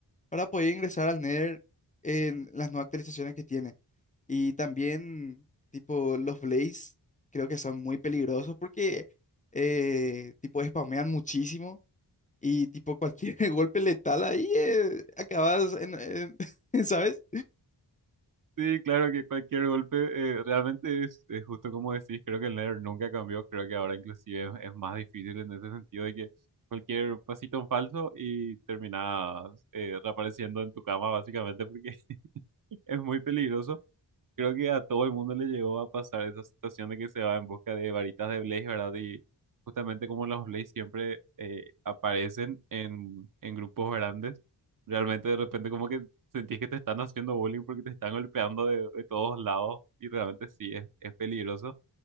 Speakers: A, on the left (about 20°); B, on the right (about 50°).
A: para poder ingresar al Nether en las nuevas actualizaciones que tiene. Y también, tipo, los Blaze creo que son muy peligrosos porque, eh, tipo, spamean muchísimo y, tipo, cualquier <laughs> golpe letal ahí eh, acabas en, en- <laughs> ¿sabes?
B: Sí, claro que cualquier golpe eh, realmente es, es justo como decís, creo que el Nether nunca cambió, creo que ahora inclusive es, es más difícil en ese sentido de que cualquier pasito en falso y terminas eh, reapareciendo en tu cama básicamente porque <laughs> es muy peligroso. Creo que a todo el mundo le llegó a pasar esa situación de que se va en busca de varitas de Blaze, ¿verdad? Y justamente como los Blaze siempre eh, aparecen en, en grupos grandes, realmente de repente como que sentís que te están haciendo bullying porque te están golpeando de, de todos lados y realmente sí, es, es peligroso.